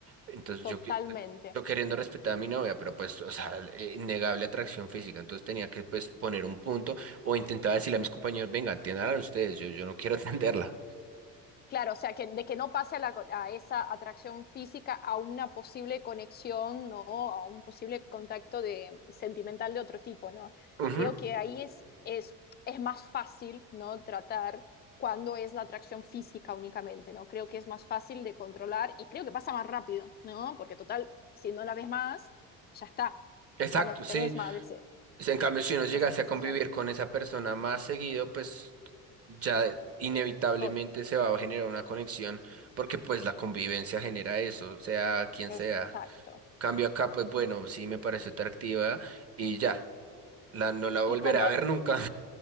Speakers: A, on the right; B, on the left.
A: Entonces
B: Totalmente.
A: yo, que- pues, yo queriendo respetar a mi novia, pero pues, o sea, eh, innegable atracción física. Entonces tenía que pues poner un punto o intentaba decirle a mis compañeros, venga, atiendan ustedes, yo, yo no quiero <laughs> atenderla.
B: Claro, o sea, que, de que no pase a, la co- a esa atracción física a una posible conexión, ¿no? A un posible contacto de, sentimental de otro tipo, ¿no?
A: Ujú,
B: Creo que ahí es, es, es más fácil, ¿no? Tratar cuando es la atracción física únicamente, ¿no? Creo que es más fácil de controlar y creo que pasa más rápido, ¿no? Porque total, si no la ves más, ya está,
A: Exacto,
B: ya no tenés
A: sí.
B: más ese-
A: En cambio, si uno llegase
B: esa sensación.
A: a convivir con esa persona más seguido, pues ya inevitablemente
B: Tot-
A: se va a generar una conexión porque pues la convivencia genera eso, sea quien
B: Exacto.
A: sea. Cambio acá, pues bueno, sí me pareció atractiva y ya, la, no la volveré
B: Y, compa-
A: a ver nunca.